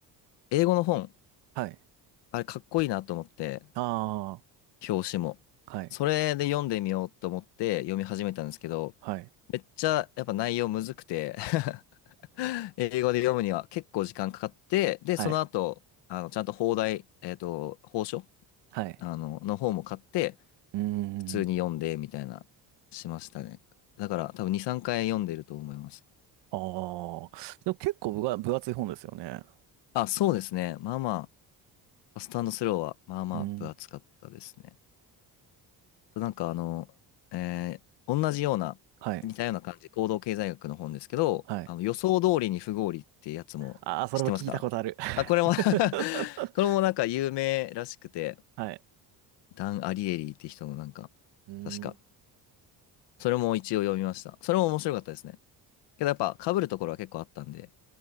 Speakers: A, on the left (about 80°); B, on the right (about 85°).
A: 英語の本、
B: はい。
A: あれ、かっこいいなと思って、
B: あ
A: 表紙も。
B: あ、はい。
A: それで読んでみようと思って読み始めたんですけど、
B: はい。
A: めっちゃ、やっぱ内容むずくて <laughs> 英語で読むには結構時間かかって、で、
B: はい。
A: その後、あの、ちゃんと放題、えっと、報書
B: はい。
A: あの、の方も買って、
B: うー
A: 普通に読んで、
B: ん。
A: みたいな、しましたね。だから多分2、3回読んでると思います。
B: ああ。でも結構分が、分厚い本ですよね。
A: あ、そうですね。まあまあ、ファストスローは、まあまあ、
B: うん。
A: 分厚かったですね。となんかあの、えー同じような、
B: はい。
A: 似たような感じ、行動経済学の本ですけど、
B: はい。
A: あの予想通りに不合理ってやつも知ってますかあ、
B: ああ、それも聞いたことある。
A: これも
B: <laughs>
A: <laughs> これもなんか有名らしくて、
B: はい。
A: ダン・アリエリーって人のなんか、
B: うーん。
A: 確か、それも一応読みました。それも面白かったですね。けどやっぱ被るところは結構あったんで、